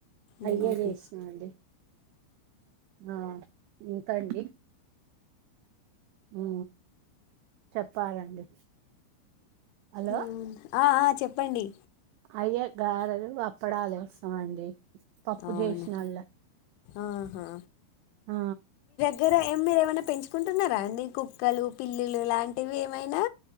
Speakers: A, on the right; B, on the left.
A: అయ్యే
B: ఉహు
A: చేసినామండి ఆ ఇంకా అండి ఉ చెప్పాలండి హలో
B: ఉ ఆ ఆ చెప్పండి
A: అయ్యా గారలు, అప్పడాల ఏస్తమండి పప్పు
B: అవునా
A: చేసిన వాళ్ళు
B: ఆహా
A: ఆ
B: దిర ఎమ్మి ఏమైనా పెంచుకుంటున్నారా అండి కుక్కలు, పిల్లులు ఇలాంటివి ఏమైనా